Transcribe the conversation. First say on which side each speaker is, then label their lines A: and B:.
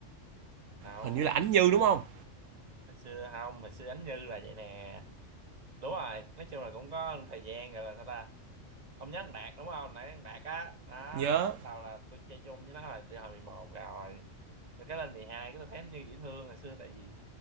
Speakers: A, on the right; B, on the right.
A: nào
B: Hình như là Ánh Như đúng không?
A: hồi xưa không hồi xưa Ánh Như là vậy nè đúng rồi nói chung là cũng có thời gian rồi là sao ta ông nhớ thằng Đạt đúng không nãy thằng Đạt á đó
B: Nhớ.
A: là lúc đầu là tôi chơi chung với nó là từ hồi 11 rồi rồi cái lên 12 cái tôi thấy nó như dễ thương hồi xưa tại vì